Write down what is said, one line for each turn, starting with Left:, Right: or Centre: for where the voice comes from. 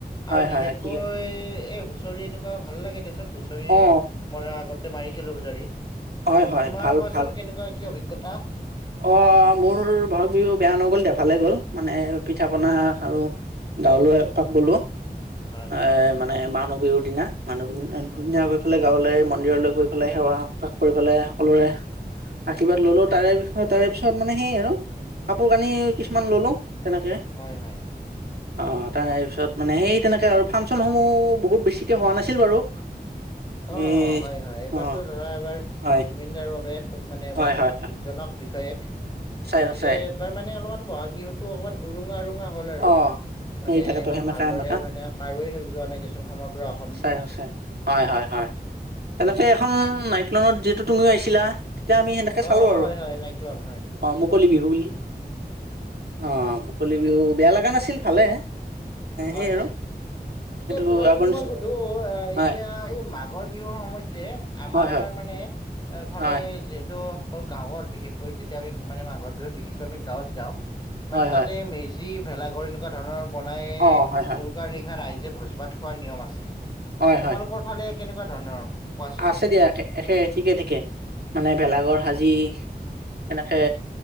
Right: হয়
Left: আৰু
Right: হয়
Left: বিশেষকৈ
Right: হয় ঠিকে
Left: এই হুঁচৰি এনে কুৱা ভাল লাগে দেচোন হুঁচৰি
Right: অ
Left: মৰা আগতে মাৰিছিলো হুঁচৰি।
Right: হয় হয়
Left: তোমাৰ
Right: ভাল
Left: কোৱাচোন
Right: ভাল
Left: কেনেকুৱা কি অভিজ্ঞতা?
Right: অ মোৰ বহাগ বিহু বেয়া নগ'ল দে ভালে গ'ল মানে পিঠা পনা খালো। গাঁৱলৈ এপাক গলো,
Left: হয় হয়
Right: এ মানে মানুহ বিহুৰ দিনা মানুহ। বিহু
Left: হয়
Right: দিনা গৈ ইফালে গাঁৱলে মন্দিৰলে গৈ পেলাই সেৱা এভাগ কৰি পেলাই সকলোৰে আশীৰ্বাদ ললোঁ তাৰে পিছত তাৰে পিছত মানে সেই আৰু কাপোৰ কানি কিছুমান ললোঁ। তেনেকে অ
Left: হয় হয়
Right: তাৰপিছত মানে সেই তেনেকে আৰু ফাংচনসমূহ বহুত বেছিকে হোৱা নাছিল বাৰু।
Left: অ
Right: এ
Left: অ হয় হয় এইবাৰতো
Right: অ
Left: ধৰা এবাৰ
Right: হয়
Left: জুবিন দাৰ বাবে খুব মানে এবাৰ
Right: হয় হয় হয়
Left: দুখজনক বিষয় এক।
Right: সঁচাই
Left: গতিকে
Right: সঁচাই
Left: এইবাৰ মানে অলপমান বহাগ বিহুতো অকমান উৰুঙা উৰু হল আৰু
Right: অ
Left: মানে
Right: সেই তাকেতো
Left: ইমান
Right: সেমেকা
Left: ভালদৰে
Right: সেমেকা
Left: মানে কাৰো যোৱা নাই দেচোন সমগ্ৰ অস-
Right: সচাই সচাই হয় হয় হয় তেনেকে এখন মাইক্লনত যিহেতু তুমিও আহিছিলা এতিয়া আমি সেনেকে
Left: অ',
Right: চালো আৰু
Left: হয়, হয়, নাইক্লন হয়।
Right: অ মুকলি বিহু বুলি
Left: <unintelligible>
Right: অ মুকলি বিহু বেয়া লগা নাছিল ভালে
Left: হয়
Right: সেই আৰু
Left: হয় এতিয়া
Right: কিন্তু
Left: তোমাক
Right: আগৰ
Left: যদি
Right: নিচিনা
Left: মই সু ধো
Right: হয়
Left: এতিয়া এই মাঘৰ বিহুৰ সময়ত যে আমাৰ
Right: হয় হয়
Left: মানে এফালে
Right: হয়
Left: যিহেতু অকল গাঁৱত বিশেষকৈ যেতিয়া আমি মানে মাঘৰ বিহুত বিশেষকৈ আমি গাঁৱত যাওঁ
Right: হয়
Left: মানে তাতে
Right: হয়
Left: মেজি ভেলাঘৰ এনেকুৱা ধৰণৰ বনাই
Right: অ হয় হয়
Left: উৰুকা নিশা ৰাইজে ভোজ ভাত খোৱাৰ নিয়ম আছে
Right: হয় হয়
Left: তোমালোকৰ ফালে কেনেকুৱা ধৰণৰ কোৱাচোন
Right: আছে দিয়া একে ঠিকে ঠিকে মানে ভেলাঘৰ সাজি সেনেকে